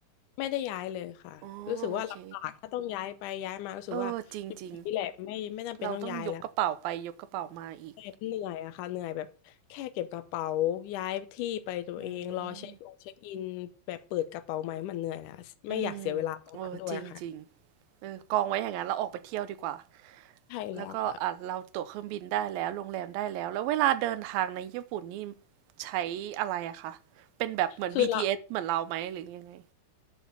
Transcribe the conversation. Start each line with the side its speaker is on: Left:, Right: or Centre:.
Left: ไม่ได้ย้ายเลยค่ะรู้สึกว่าลำบากถ้าต้องย้ายไปย้ายมารู้สึกว่าอยู่นี่แหละไม่ไม่จำเป็นต้องย้ายแล้ว
Right: อ๋อโอเคเออจริงๆเราต้องยกกระเป๋าไปยกกระเป๋ามาอีก
Left: เหน็บเหนื่อยอะค่ะเหนื่อยแบบแค่เก็บกระเป๋าย้ายที่ไปตัวเองรอเช็คองเช็คอินแบบเปิดกระเป๋าไหมมันเหนื่อยแล้วไม่อยากเสียเวลาตรงนั้นด้วยค่ะ
Right: อืมอืมเออจริงๆเออกองไว้อย่างนั้นเราออกไปเที่ยวดีกว่า
Left: ใช่แล้วค่ะ
Right: แล้วก็อ่ะเราตั๋วเครื่องบินได้แล้วโรงแรมได้แล้ว แล้วเวลาเดินทางในญี่ปุ่นนี่ใช้อะไรอะคะเป็นแบบเหมือน
Left: คือเรา
Right: BTS เอสเหมือนเราไหมหรือยังไง